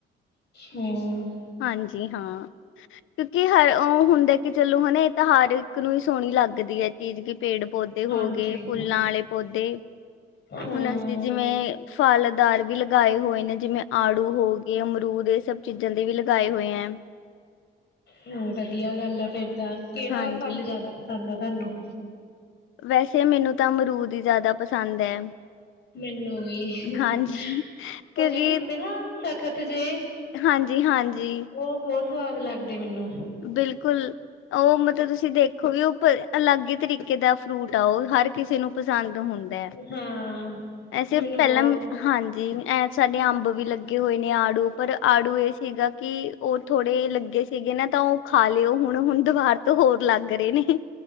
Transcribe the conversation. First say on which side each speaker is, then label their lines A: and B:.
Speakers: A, on the left (about 60°); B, on the left (about 85°).
A: ਹਮ
B: ਹਾਂਜੀ ਹਾਂ ਕਿਉਂਕਿ ਹਰ ਉਹ। ਹੁੰਦਾ ਕਿ ਚਲੋ ਹਨਾ ਇਹ ਤਾਂ ਹਰ ਇੱਕ ਨੂੰ ਹੀ ਸੋਹਣੀ ਲੱਗਦੀ ਹੈ। ਚੀਜ਼ <unintelligible> ਪੇੜ ਪੌਦੇ ਹੋ
A: ਹਾਂਜੀ
B: ਗਏ, ਫੁੱਲਾਂ ਆਲੇ ਪੋਦੇ
A: ਹਮ
B: ਹੁਣ ਅਸੀਂ ਜਿਵੇਂ ਫਲ ਦਾਰ ਵੀ ਲਗਾਏ ਹੋਏ ਨੇ ਜਿਵੇਂ ਆੜੂ ਹੋ ਗਏ, ਅਮਰੂਦ ਇਹ ਸਭ ਚੀਜ਼ਾਂ ਦੇ ਵੀ ਲਗਾਏ ਹੋਏ ਹੈ।
A: ਹੂੰ ਵਧੀਆ ਗੱਲ ਆ ਫੇਰ। ਤਾਂ ਕਿਹੜਾ
B: ਹਾਂਜੀ
A: ਫਲ ਜਿਆਦਾ ਪਸੰਦ ਆ ਧਾਨੂੰ।
B: ਵੈਸੇ ਮੈਨੂੰ ਤਾਂ ਅਮਰੂਦ ਹੀ ਜ਼ਿਆਦਾ ਪਸੰਦ ਹੈ।
A: ਮੈਨੂੰ ਵੀ
B: ਹਾਂਜੀ
A: ਉਹ
B: ਕਿਉਂਕਿ
A: ਜਿਹੜੇ ਹੁੰਦੇ ਨਾ ਸਖਤ ਜੇ
B: ਹਾਂਜੀ-ਹਾਂਜੀ।
A: ਉਹ ਬਹੁਤ ਸਵਾਦ ਲੱਗਦੇ ਮੈਨੂੰ।
B: ਬਿਲਕੁਲ ਉਹ ਮਤਲਬ ਤੁਸੀਂ ਦੇਖੋ ਗੇ ਉਹ ਅਲੱਗ ਹੀ ਤਰੀਕੇ ਦਾ ਫਰੂਟ ਆ ਉਹ ਹਰ ਕਿਸੇ ਨੂੰ ਪਸੰਦ ਹੁੰਦਾ ਹੈ
A: ਹਾਂ।
B: ਇਹ ਸਿਰਫ
A: ਮੈਨੂੰ
B: ਪਹਿਲਾਂ
A: ਬਹੁਤ
B: ਹਾਂਜੀ ਐ ਸਾਡੇ ਅੰਬ ਵੀ ਲੱਗੇ ਹੋਏ ਨੇ, ਆੜੂ ਪਰ ਆੜੂ ਇਹ ਸੀਗਾ ਕਿ ਉਹ ਥੋੜੇ ਲੱਗੇ ਸੀਗੇ ਨਾ ਤਾਂ ਉਹ ਖਾ ਲਿਓ ਹੁਣ, ਹੁਣ ਦੀਵਾਰ ਤੋਂ ਹੋਰ ਲੱਗ ਰਹੇ ਨੇ।